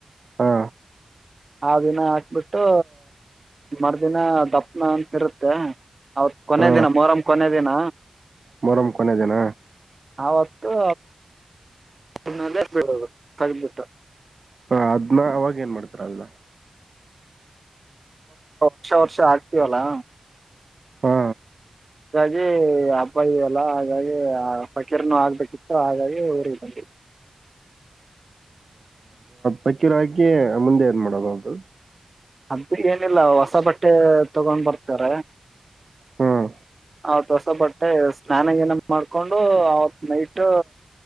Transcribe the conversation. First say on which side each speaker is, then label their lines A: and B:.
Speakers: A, on the right (about 60°); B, on the right (about 45°).
A: ಹಾ
B: ಆ ದಿನ ಹಾಕ್ಬಿಟ್ಟು ಮರ್ದಿನ ದಪ್ಪನ ಅಂತಿರುತ್ತೆ ಅವತ್ ಕೊನ
A: ಹಾ
B: ದಿನ ಮೊರಮ ಕೊನ ದಿನ
A: ಮೊಹರಂ ಕೊನೆ ದಿನ
B: ಅವತ್ತು ಹನ್ನಲ್ಲೇ ಬಿಡೋದು ತಗದಬಿಟ್ಟ
A: ಹಾ ಅದ್ನ ಅವಾಗ ಏನ್ ಮಾಡ್ತಾರ ಅಲ್ಲ
B: ವರ್ಷ ವರ್ಷ ಆಗ್ತವಲ್ಲಾ
A: ಹಾ
B: ಹಾಗಾಗಿ ಹಬ್ಬ ಇದವಲ್ಲ ಹಾಗಾಗಿ ಆ ಫಕೀರ್ ನು ಆಗ್ಬೇಕಿತ್ತು ಹಾಗಾಗಿ ಊರಿಗೆ ಬಂದವಿ
A: ಪಕ್ಕೀರ ಹಾಕಿ ಮುಂದೆ ಏನ್ ಮಾಡೋದು ಅದ
B: ಅದ ಏನಿಲ್ಲ ಹೊಸ ಬಟ್ಟೆ ತಗೊಂಡ್ ಬರ್ತಾರ
A: ಹ್ಮ್
B: ಆತ್ ಹೊಸ ಬಟ್ಟೆ ಸ್ನಾನ ಗಿನಾ ಮಾಡ್ಕೊಂಡು ಅವತ್ ನೈಟ್